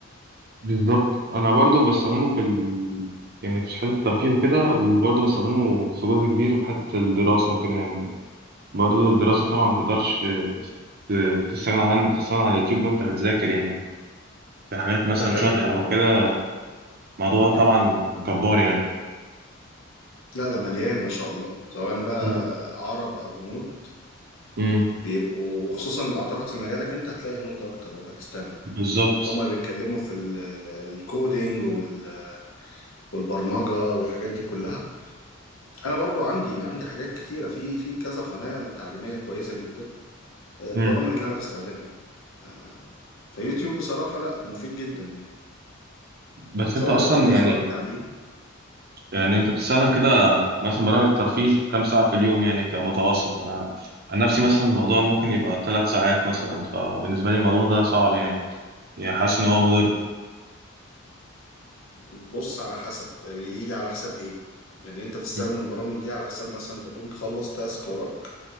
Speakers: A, on the right (about 50°); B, on the left (about 75°).
A: بالظبط انا برضو بستخدمه في ال... يعني في حته الترفيه وكده وبرضو بستخدمه في جزء كبير في حته الدراسه وكده يعني برضو الدراسه طبعا ما تقدرش ت- تستغنى عن تستغنى عن اليوتيوب وانت بتذاكر يعني في حاجات مثلا
B: ده حقيقي
A: شرح او
B: اه
A: كده الموضوع طبعا جبار يعني
B: لا ده مليان ما شاء الله سواء بقى
A: امم
B: عرب او هنود
A: امم
B: بيبقوا وخصوصا اعتقد في مجالك انت هتلاقي هنود اكتر او باكستان
A: بالظبط
B: هم اللي بيتكلموا في ال- الكودينج وال- والبرمجه والحاجات دي كلها انا برضو عندي عندي حاجات كتيره في في كذا قناه تعليميه كويسه جدا آه، البرامج
A: امم
B: اللي انا بستخدمها آه، فيوتيوب بصراحه لا مفيد جدا يعني
A: بس
B: يعني سواء
A: انت اصلا
B: ترفيه
A: يعني
B: سواء تعليم
A: يعني انت بتستخدم كده مثلا برامج الترفيه كام ساعة في اليوم يعني كمتوسط انا عن نفسي مثلا الموضوع ممكن يبقى ثلاث ساعات مثلا فبالنسبة لي الموضوع ده صعب يعني يعني حاسس ان هو مضر
B: بص على حسب بيجي على حساب ايه يعني انت بتستخدم
A: م.
B: البرامج دي على حساب مثلا انت تقوم تخلص تاسك وراك